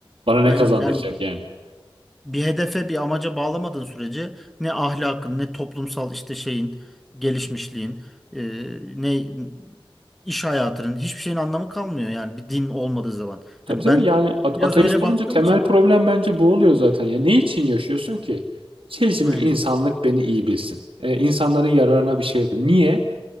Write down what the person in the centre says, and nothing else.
Aynen.
Yani
bir hedefe, bir amaca bağlamadığın sürece ne ahlakın, ne toplumsal işte şeyin, gelişmişliğin, e, ne iş hayatının hiçbir şeyin anlamı kalmıyor yani bir din olmadığı zaman.
Yani
ben
biraz
öyle
baktığım
için.
Aynen.